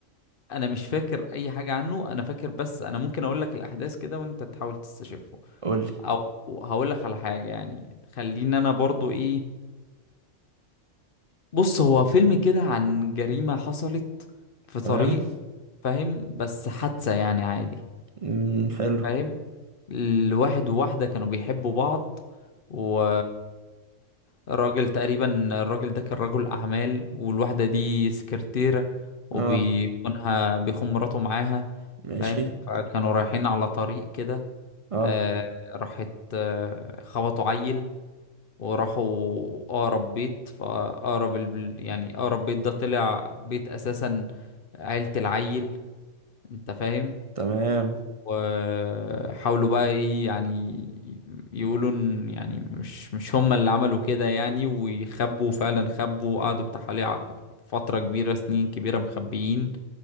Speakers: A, on the left (about 50°); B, on the right (about 45°).
A: انا مش فاكر اي حاجه عنه انا فاكر بس انا ممكن اقول لك الاحداث كده وانت تحاول تستشفه
B: قول لي
A: او هقول لك على حاجه يعني خليني انا برضو ايه بص هو فيلم كده عن جريمه حصلت في طريق
B: تمام
A: فاهم بس حادثه يعني عادي
B: امم حلو
A: فاهم الواحد وواحده كانوا بيحبوا بعض و الراجل تقريبا الراجل ده كان رجل اعمال والواحده دي سكرتيره وبيخونها
B: اه
A: بيخون مراته معاها
B: ماشي
A: فاهم فكانوا رايحين على طريق كده
B: اه
A: آه راحت آه خبطوا عيل وراحوا اقرب بيت فاقرب ال... يعني اقرب بيت ده طلع بيت اساسا عيلة العيل انت فاهم
B: تمام
A: وحاولوا بقى ايه يعني يقولوا ان يعني مش مش هم اللي عملوا كده يعني ويخبوا فعلا خبوا وقعدوا بتاع حوالي ع- فترة كبيرة سنين كبيرة مخبيين